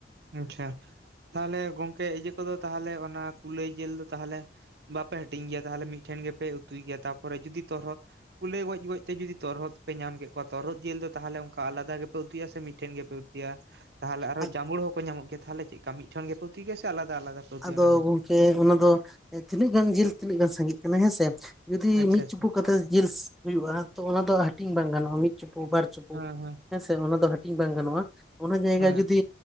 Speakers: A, on the right (about 60°); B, in the centre.
A: ᱟᱪᱪᱷᱟ ᱛᱟᱦᱚᱞᱮ ᱜᱚᱝᱠᱮ ᱤᱭᱟᱹ ᱠᱚᱫᱚ ᱛᱟᱦᱚᱞᱮ ᱚᱱᱟ ᱠᱩᱞᱟᱹᱭ ᱡᱤᱞ ᱫᱚ ᱛᱟᱦᱚᱞᱮᱼᱼ ᱵᱟᱯᱮ ᱦᱟᱹᱴᱤᱧ ᱜᱮᱭᱟ ᱛᱟᱦᱚᱞᱮ ᱢᱤᱫᱴᱷᱮᱱ ᱜᱮᱯᱮ ᱩᱛᱩᱭ ᱜᱮᱭᱟ ᱛᱟᱨᱚᱨᱮ ᱡᱩᱫᱤ ᱛᱚᱨᱦᱚᱫᱼᱼ ᱠᱩᱞᱟᱹᱭ ᱜᱚᱡ ᱜᱚᱡ ᱛᱮ ᱡᱩᱫᱤ ᱛᱚᱨᱦᱚᱫ ᱯᱮ ᱧᱟᱢ ᱠᱮᱫ ᱠᱚᱣᱟ ᱛᱚᱨᱦᱚᱫ ᱡᱤᱞ ᱫᱚ ᱛᱟᱦᱚᱞᱮ ᱚᱱᱠᱟ ᱟᱞᱟᱫᱟ ᱜᱮᱼᱼᱼ ᱮ ᱩᱛᱩᱭᱟ ᱥᱮ ᱢᱤᱫᱴᱷᱮᱱ ᱜᱮᱯᱮ ᱩᱛᱩᱭᱟ ᱛᱟᱦᱮ ᱟᱨᱦᱚ
B: ᱟᱨ
A: ᱡᱟᱢᱩᱲᱩ ᱦᱚᱸᱼᱼᱼ ᱠᱚ ᱧᱟᱢᱚᱜ ᱜᱮᱭᱟ ᱛᱟᱦᱚᱞᱮ ᱪᱮᱫ ᱞᱮᱠᱟ ᱢᱤᱫᱴᱷᱮᱡ ᱜᱮ ᱯᱮ ᱩᱛᱩᱭ ᱜᱮᱭᱟ ᱥᱮ ᱟᱞᱟᱫᱟ ᱟᱞᱟᱫᱟ ᱯᱮ ᱩᱛᱩᱭᱟ
B: ᱟᱫᱚ
A: ᱚᱱᱟ ᱠᱚᱫᱚ?
B: ᱜᱚᱝᱠᱮ ᱚᱱᱟ ᱫᱚ ᱛᱤᱱᱟᱹᱜ ᱜᱟᱱ ᱡᱤᱞ ᱛᱤᱱᱟᱹᱜ ᱜᱟᱱ ᱥᱟᱸᱜᱤᱜ ᱠᱟᱱᱟ ᱦᱮᱸᱥᱮ ᱡᱩᱫᱤ
A: ᱟᱪᱪᱷᱟ,
B: ᱢᱤᱫ
A: ᱟᱪᱪᱷᱟ᱾
B: ᱪᱩᱯᱩᱫ ᱠᱟᱛᱮᱫ ᱡᱤᱞᱥ ᱦᱩᱭᱩᱜᱼᱟ, ᱚᱱᱟᱫᱚ ᱦᱟᱹᱞᱴᱤᱧ ᱵᱟᱝ ᱜᱟᱱᱚᱜᱼᱟ ᱢᱤᱫ ᱪᱩᱯᱩᱫ ᱵᱟᱨᱼᱼ ᱪᱩᱯᱩᱫ
A: ᱦᱮᱸ,
B: ᱦᱮᱸᱥᱮ ᱚᱱᱟ ᱫᱚ ᱦᱟᱹᱴᱤᱧ ᱵᱟᱝ ᱜᱟᱱᱚᱜᱼᱟ, ᱚᱱᱟ ᱡᱟᱭᱜᱟ
A: ᱦᱮᱸ,
B: ᱡᱩᱫᱤ